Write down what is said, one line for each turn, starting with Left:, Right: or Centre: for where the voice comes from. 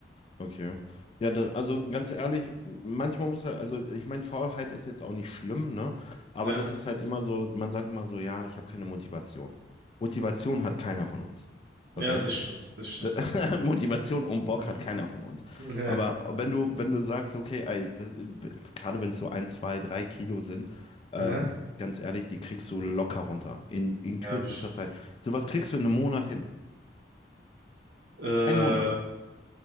Left: Okay. Ja, da, also ganz ehrlich, manchmal muss halt, also ich meine, Faulheit ist jetzt auch nicht schlimm, ne? Aber
Right: Ja,
Left: das ist halt immer so, man sagt immer so, ja, ich habe keine Motivation. Motivation hat keiner von uns. Okay?
Right: ja, das stimmt. Das stimmt,
Left: Da-
Right: ja.
Left: <laughs> Motivation und Bock
Right: <laughs>
Left: hat keiner von uns.
Right: Mhm. Ja,
Left: Aber wenn du, wenn du sagst, okay, ey, das, gerade wenn es so ein, zwei, drei Kilo sind, ähm,
Right: aha.
Left: ganz ehrlich, die kriegst du locker runter. In, in kürzester
Right: Ja, bestimmt.
Left: Zeit. Sowas kriegst du in einem Monat hin.
Right: Äh,
Left: Ein Monat.